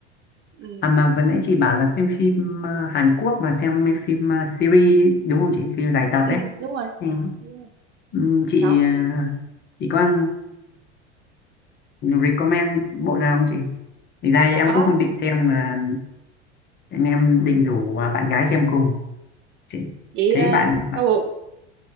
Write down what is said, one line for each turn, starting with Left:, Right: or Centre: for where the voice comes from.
Right: ừ
Left: mà vừa nãy chị bảo là xem phim à, Hàn Quốc mà xem mấy phim à, series ấy, đúng không chị phim dài tập
Right: ừ
Left: ấy
Right: đúng rồi
Left: Ừ.
Right: Yeah.
Left: Ừm, chị
Right: có
Left: à, chị có à, recommend bộ nào không chị thì ra em
Right: có
Left: cũng không định xem nhưng mà anh em định rủ à, bạn gái xem cùng chị
Right: vậy
Left: thấy
Right: ờ,
Left: bạn
Right: có bộ